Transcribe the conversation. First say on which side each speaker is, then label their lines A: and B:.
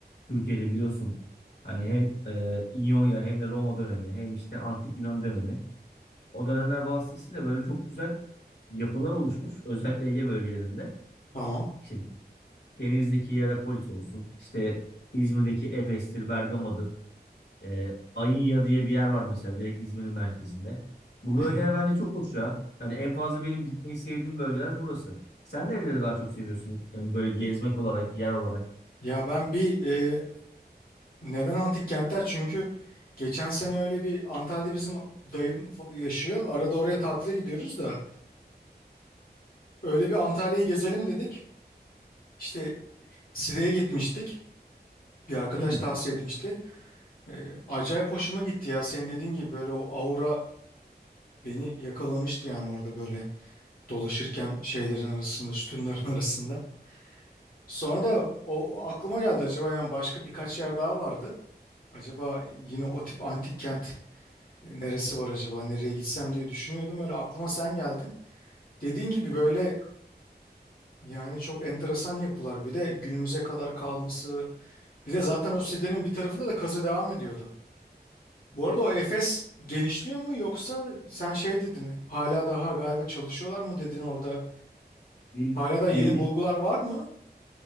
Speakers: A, on the left; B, on the left.
A: Türkiye'de biliyorsun. Hani hem e, İonya hem de Roma dönemi hem işte Antik Yunan dönemi. O dönemler vasıtasıyla böyle çok güzel yapılar oluşmuş. Özellikle Ege bölgelerinde.
B: Tamam.
A: İşte Denizli'deki Hierapolis olsun. işte İzmir'deki Efes'tir, Bergama'dır. E, Ayınya diye bir yer var mesela direkt İzmir'in merkezinde. Bu bölgeler
B: Hı hı.
A: bence çok hoş ya. Yani en fazla benim gitmeyi sevdiğim bölgeler burası. Sen nereleri daha çok seviyorsun? Yani böyle gezmek olarak, yer olarak.
B: Ya ben bir eee Neden antik kentler? Çünkü geçen sene öyle bir Antalya'da bizim dayım yaşıyor. Arada oraya tatile gidiyoruz da öyle bir Antalya'yı gezelim dedik. İşte Side'ye gitmiştik. Bir arkadaş
A: Hmm.
B: tavsiye etmişti. Ee, acayip hoşuma gitti ya. Senin dediğin gibi böyle o aura beni yakalamıştı yani orada böyle dolaşırken şeylerin arasında, sütunların <laughs> arasında. Sonra da o, o aklıma geldi acaba yani başka birkaç yer daha vardı. Acaba yine o tip antik kent E, Neresi var acaba? Nereye gitsem diye düşünüyordum. Öyle aklıma sen geldin. Dediğin gibi böyle yani çok enteresan yapılar. Bir de günümüze kadar kalması. Bir de zaten o sitenin bir tarafında da kazı devam ediyordu. Bu arada o Efes genişliyor mu yoksa sen şey dedin hala daha galiba çalışıyorlar mı dedin orada.
A: Bil,
B: Hala da yeni
A: bildi,
B: bulgular var mı?